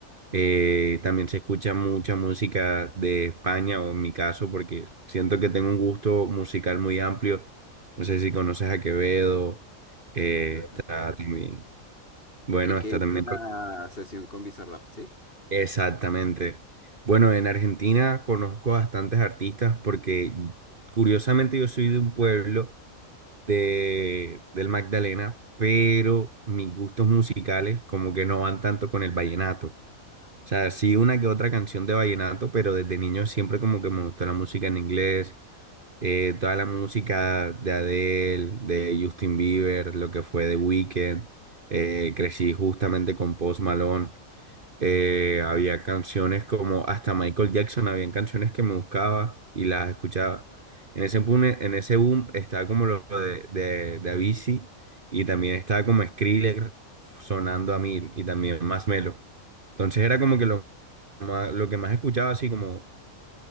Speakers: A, on the right; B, on the left.
A: Eh, también se escucha mucha música de España, o en mi caso, porque siento que tengo un gusto musical muy amplio. No sé si conoces a Quevedo, eh,
B: Ya que ver.
A: está también, bueno,
B: El que
A: está
B: hizo
A: también...
B: la sesión con Bizarrap, ¿sí?
A: Exactamente. Bueno, en Argentina conozco bastantes artistas porque curiosamente yo soy de un pueblo de, del Magdalena, pero mis gustos musicales como que no van tanto con el vallenato. O sea, sí una que otra canción de vallenato, pero desde niño siempre como que me gustó la música en inglés, eh, toda la música de Adele, de Justin Bieber, lo que fue The Weeknd, eh, crecí justamente con Post Malone. Eh, había canciones como hasta Michael Jackson, habían canciones que me buscaba y las escuchaba. En ese boom, en ese boom estaba como lo de, de, de Avicii y también estaba como Skrillex sonando a mil y también más Melo Entonces era como que lo, ma- lo que más escuchaba, así como